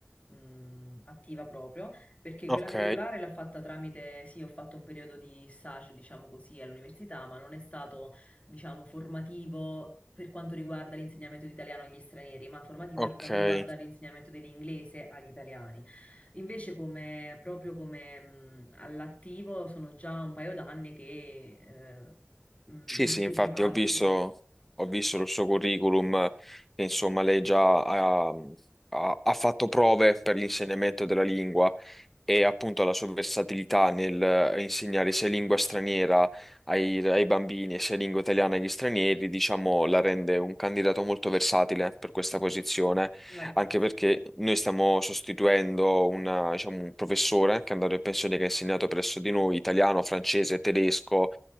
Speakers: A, on the left; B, in the centre.
A: mh, attiva proprio, perché
B: Ok,
A: quella curriculare l'ho fatta tramite, sì, ho fatto un periodo di stage, diciamo così, all'università, ma non è stato, diciamo, formativo. Per quanto riguarda l'insegnamento di italiano agli stranieri, ma formativo
B: ok.
A: per quanto riguarda l'insegnamento dell'inglese agli italiani. Invece, come, proprio come mh, all'attivo, sono già un paio d'anni che eh, mm,
B: Sì, sì, infatti
A: in privato,
B: ho visto,
A: sì.
B: ho visto il suo curriculum, che insomma lei già ha, ha- ha fatto prove per l'insegnamento della lingua e appunto la sua versatilità nel eh, insegnare sia lingua straniera ai, ai bambini e sia lingua italiana agli stranieri, diciamo, la rende un candidato molto versatile per questa posizione,
A: La ringrazio.
B: anche perché noi stiamo sostituendo una- diciamo, un professore che è andato in pensione, che ha insegnato presso di noi italiano, francese, tedesco.